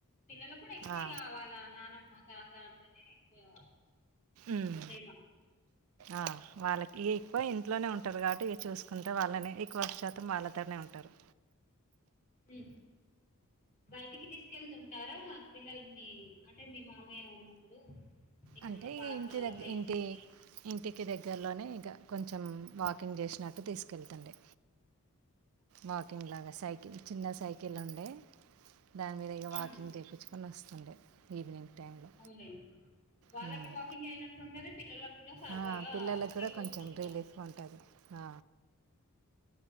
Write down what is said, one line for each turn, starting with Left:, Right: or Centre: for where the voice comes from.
Left: పిల్లలు కూడా ఎక్కువ
Right: ఆ!
Left: ఇగ వాళ్ళ నానమ్మ తాత అంటేనే ఎక్కువ
Right: ఉమ్
Left: ప్రేమ
Right: ఆ వాళ్ళకి ఇగ ఎక్కువ ఇంట్లోనే ఉంటారు కాబట్టి ఇగ చూసుకుంటే వాళ్ళనే ఎక్కువ శాతం వాళ్ళతోనే ఉంటరు
Left: ఈ బయటికి తీసుకెళ్తుంటారా పిల్లలు మీ అంటే మీ మామయ్య ఉన్నప్పుడు ఎక్కడన్నా
Right: అంటే
Left: పార్కులలో
Right: ఇంటి దగ్గ
Left: బయటికి
Right: ఇంటి
Left: ఈవినింగ్
Right: ఇంటికి దగ్గరలోనే ఇక కొంచెం వాకింగ్ చేసినట్టు తీసుకెళ్తుండే వాకింగ్ లాగా సైకిల్ చిన్న సైకిల్ ఉండే దాని మీద ఇక
Left: ఆహా,
Right: వాకింగ్ చేపైచ్చుకొని వస్తుండే ఈవినింగ్ టైంలో
Left: అవులేండి వాళ్ళకి
Right: హ్మ్.
Left: వాకింగ్ అయినట్టుంటది పిల్లల కూడా సరదాగా
Right: ఆ! పిల్లలకి
Left: తిరిగి
Right: కూడా కొంచెం
Left: వచ్చినట్లుగా
Right: రిలీఫ్‌గా ఉంటది ఆ